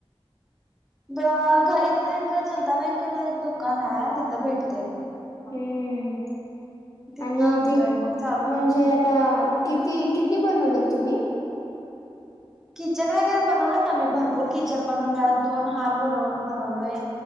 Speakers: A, in the centre; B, on the left.
A: <unintelligible> इथं एक जनता बँकेला एक दुकान आहे तिथं भेटते
B: हम्म
A: तिथनं
B: आणि
A: आणतोय
B: ते
A: मग चालू
B: म्हणजे
A: केलंय.
B: आता किती किती बनवलेत तुम्ही
A: कीचेन वगैरे बनवलत आम्ही भरपूर कीचेन बनवलेत दोन हार बनव बनवलोय